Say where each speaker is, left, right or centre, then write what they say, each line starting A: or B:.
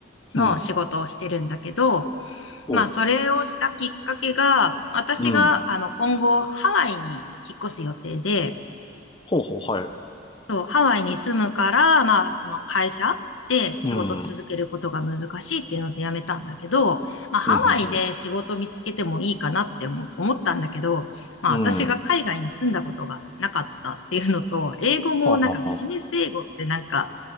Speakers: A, on the left; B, on the left.
A: の仕事をしてるんだけど、
B: うん、ほう、
A: まあ、それをしたきっかけが、私が、
B: うん。
A: あの、今後、ハワイに引っ越す予定で、
B: ほうほう、はい。
A: そう、ハワイに住むから、まあ、その会社で仕事続けることが難しいっていうので辞めたんだけど、
B: うん、うん、
A: まあ、ハワイで仕事見つけてもいいかなっても思ったんだけど、
B: うん、
A: まあ、
B: うん。
A: 私が海外に住んだことがなかったっていうのと、
B: うん
A: 英語もなんかビジネス英語ってなんか、
B: ははは。